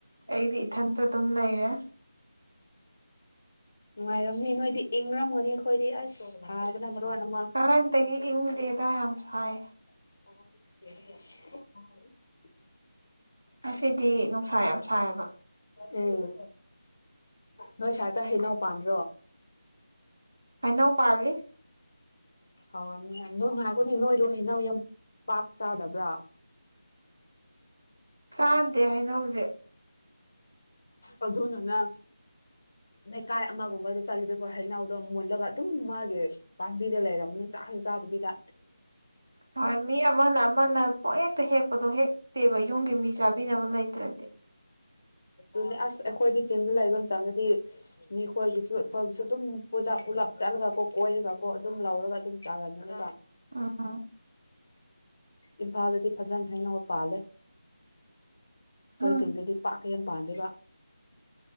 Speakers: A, on the right (about 65°); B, on the left (about 35°).
A: ꯑꯩꯗꯤ ꯏꯊꯟꯇ ꯑꯗꯨꯝ ꯂꯩꯔꯦ
B: ꯅꯨꯡꯉꯥꯏꯔꯝꯃꯤ ꯅꯣꯏꯗꯤ ꯏꯪꯔꯝꯒꯅꯤ ꯑꯩꯈꯣꯏꯗꯤ ꯑꯁ ꯍꯥꯏꯕꯅ ꯃꯔꯣꯟ ꯑꯃ
A: ꯀꯔꯥꯏꯗꯒꯤ ꯏꯪꯗꯦꯗ ꯌꯥꯝ ꯁꯥꯏ
B: <unintelligible>
A: ꯑꯁꯤꯗꯤ ꯅꯨꯡꯁꯥ ꯌꯥꯝ ꯁꯥꯏꯌꯦꯕ
B: ꯎꯝ ꯅꯣꯏ ꯁꯥꯏꯇ ꯍꯩꯅꯧꯎ ꯄꯥꯟꯕꯥꯟꯗ꯭ꯔꯣ
A: ꯑꯩꯅꯧ ꯄꯜꯂꯤ
B: ꯍꯧꯥꯎꯔꯝꯅꯦ ꯅꯣꯡ ꯉꯥꯏꯈꯨꯅꯦ ꯅꯣꯏꯗꯣ ꯍꯩꯅꯧ ꯌꯥꯝ ꯄꯥꯛ ꯆꯥꯗꯕ꯭ꯔꯥ
A: ꯆꯥꯗꯦ ꯍꯥꯏꯅ ꯍꯧꯖꯤꯛ
B: ꯑ ꯑꯗꯨꯅꯅ ꯂꯩꯀꯥꯏ ꯑꯃꯒꯨꯝꯕꯗ ꯆꯠꯂꯨꯗꯀꯣ ꯍꯩꯅꯥꯎꯗꯣ ꯃꯨꯜꯂꯒ ꯑꯗꯨꯝ ꯃꯥꯒꯤ ꯄꯥꯝꯕꯤꯗ ꯂꯩꯔꯝꯅꯤ ꯆ ꯆꯥꯗꯕꯤꯗ
A: ꯍ ꯃꯤ ꯑꯃꯃꯅ ꯑꯃꯅ ꯄꯣꯛ ꯍꯦꯛꯇ ꯍꯦꯛꯄꯗꯣ ꯍꯦꯛꯇꯦꯕ ꯌꯨꯝꯒꯤ ꯃꯤ ꯆꯥꯕꯤꯅꯕ ꯂꯩꯇ꯭ꯔꯗꯤ
B: ꯑꯗꯨ ꯑꯁ ꯑꯩꯈꯣꯏꯗꯤ ꯆꯤꯡꯗ ꯂꯩꯕ ꯃꯇꯝꯗꯗꯤ ꯃꯤꯈꯣꯏꯒꯤꯁꯨ ꯑꯩꯈꯣꯏꯒꯤꯁꯨ ꯑꯗꯨꯝ ꯄꯨꯂꯞ ꯄꯨꯂꯥꯞ ꯆꯠꯂꯒ ꯀꯣ ꯀꯣꯏꯔꯒꯀꯣ ꯑꯗꯨꯝ ꯂꯧꯔꯒ ꯑꯗꯨꯝ ꯆꯥꯒꯅꯤ ꯑꯁ
A: ꯎꯝ
B: ꯏꯝꯐꯥꯜꯗꯗꯤ ꯐꯖꯅ ꯍꯥꯏꯩꯅ ꯄꯥꯜꯂꯦ ꯑꯩꯈꯣꯏ
A: ꯎꯝ
B: ꯆꯤꯡꯗꯗꯤ ꯄꯥꯛꯀ ꯌꯥꯝ ꯄꯥꯖꯕ